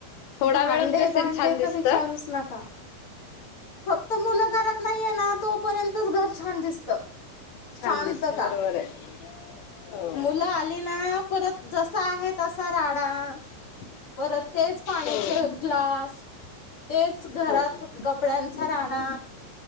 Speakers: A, on the left; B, on the left.
A: थोडा
B: भांडे
A: वेळंच बेसीन
B: भांडे
A: छान दिसतं.
B: तर विचारूच नका फक्त मुलं घरात नाईये ना तोपर्यंतच घर छान दिसतं.
A: छान
B: शांतता,
A: दिसत बरोबर आहे हो
B: मुलं आली ना परत जसा आहे तसा राडा परत तेच पाण्याचे
A: हो
B: ग्लास तेच घरात
A: हो
B: कपड्यांचा राडा.